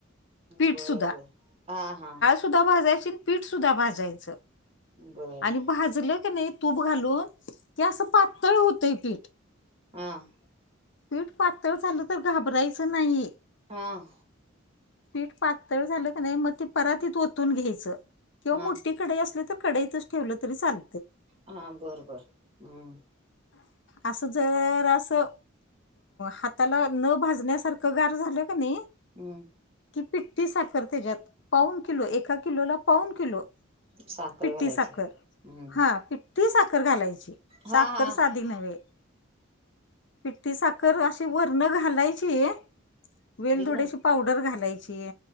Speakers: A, on the left; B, on the right.
A: पीठ
B: बर
A: सुद्धा
B: बर हा हा.
A: <unintelligible> पीठ सुधा भाजायच आणि
B: बर
A: भाजलं क नही. तूप घालून हे अस पातळ होतंय पीठ.
B: हां.
A: पीठ पातळ झालं तर घाबरायचं नाही.
B: हां.
A: पीठ पातळ झालं क नाही, मग ते परातीत ओतून घ्यायच किंवा
B: हा
A: मोठी कडई असली तर कडईतच ठेवल तरी चाल
B: हा बर बर हम्म.
A: असं जर असं हाताला न भाजण्या सारख गार झाल क नही.
B: हम.
A: कि पिठ्ठी साखर त्याच्यात पाऊन किलो एका किलोला पाऊन किलो.
B: साखर
A: पिठ्ठी
B: घालायची
A: साखर
B: हम्म
A: हा पिठ्ठी साखर घालायची.
B: हा
A: साखर
B: हा
A: आधी नव्हे पिठी साखर अशी वरण घालायची. वेलदोड्याची
B: दिल नाहीत
A: पावडर घालायची.